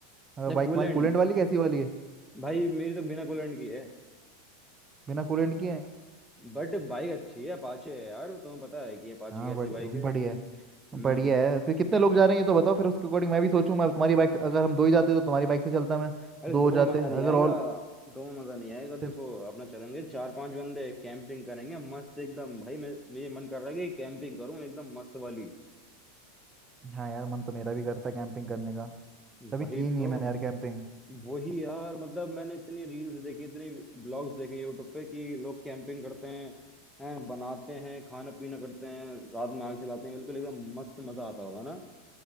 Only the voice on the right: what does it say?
अ,
बाइक
हमारी कूलेंट वाली कैसी वाली है
बिना कूलेंट की है
हाँ
बढ़िया
बढ़िया है
बढ़िया है फिर कितने लोग जा रहे हैं ये तो बताओ फिर उसके अकॉर्डिंग मैं भी सोचूं मैं तुम्हारी बाइक से- अगर हम दो ही जाते तो तुम्हारी बाइक से चलता मैं
दो
हो
जाते
अगर
और
फिर
हाँ यार मन तो मेरा भी करता है कैंपिंग करने का कभी
की
नहीं है मैंने यार कैंपिंग